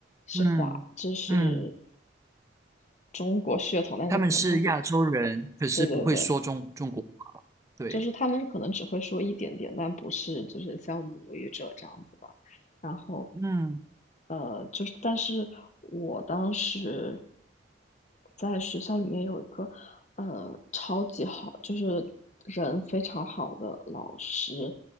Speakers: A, on the left; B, on the right.
A: 是华，
B: 嗯嗯，
A: 就是中国血统，但是可能他是，
B: 他们是亚洲人，可是不会说中中国话。
A: 对对对，
B: 对，
A: 就是他们可能只会说一点点，但不是就是像母语者这样子吧。然后，
B: 嗯
A: 呃，就是但是我当时在学校里面有一个呃超级好，就是人非常好的老师，